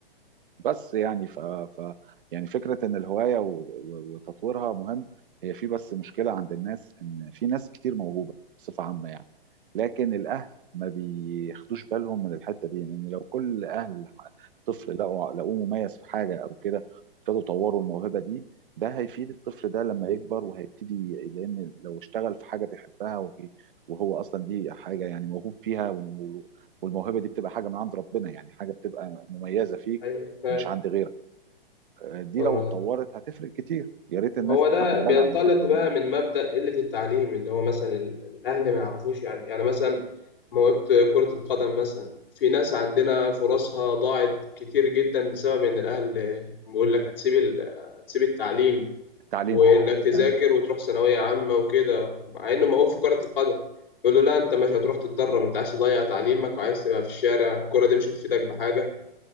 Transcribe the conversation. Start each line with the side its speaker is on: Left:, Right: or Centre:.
Right: بس يعني ف... ف... يعني فكرة إن الهواية و... و... وتطويرها مهم هي في بس مشكلة عند الناس إن في ناس كتير موهوبة بصفة عامة يعني لكن الأهل ما بياخدوش بالهم من الحتة دي لأن لو كل أهل طفل لقوا لقوه مميز في حاجة أو كده ابتدوا يطوروا الموهبة دي ده هيفيد الطفل ده لما يكبر وهيبتدي لأن لو اشتغل في حاجة بيحبها وبي... وهو أصلا دي حاجة يعني موهوب فيها والم- والموهبة دي بتبقى حاجة من عند ربنا يعني حاجة بتبقى مميزة فيك
Left: ايوه فاهم
Right: مش عند غيرك آه، دي
Left: اه
Right: لو اتطورت هتفرق كتير يا ريت
Left: ما
Right: الناس
Left: هو
Right: تاخد
Left: ده بينطلق
Right: بالها من الحته
Left: بقى
Right: دي يعني
Left: من مبدأ قلة التعليم اللي هو مثلا ال- الأهل ما يعرفوش يعني يعني مثلا موهبة كرة القدم مثلا في ناس عندنا فرصها ضاعت كتير جدا بسبب إن الأهل بيقول لك هتسيب ال- هتسيب التعليم
Right: التعليم
Left: وإنك تذاكر
Right: ايوه
Left: وتروح ثانوية عامة وكده مع إنه موهوب في كرة القدم يقول له لا أنت مش هتروح تتدرب أنت عايز تضيع تعليمك وعايز تبقى في الشارع الكرة دي مش هتفيدك بحاجة